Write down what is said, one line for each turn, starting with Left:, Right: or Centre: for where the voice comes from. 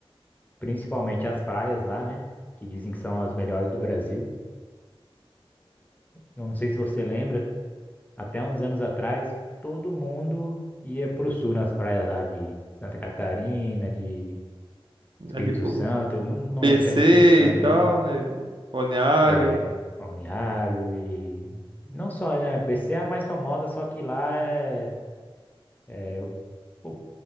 Left: principalmente as praias lá, né? Que dizem que são as melhores do Brasil. Eu não sei se você lembra. Até uns anos atrás, todo mundo ia pro sul nas praias lá de Santa Catarina, de Espírito
Right: Ali, pô.
Left: Santo. Eu Não, não
Right: BC
Left: lembro se era de Espírito Santo
Right: e tal,
Left: também.
Right: né? Balneário.
Left: É, Balneário e. Não só, né? BC é a mais famosa, só que lá é. é O o